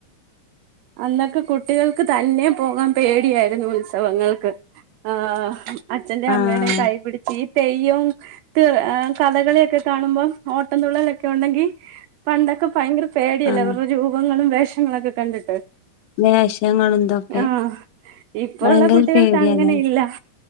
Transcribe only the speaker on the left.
ആഹ്
ആഹ്.
വേഷങ്ങളും ഇതൊക്കെ
ഭയങ്കര
പേടിയാല്ലേ.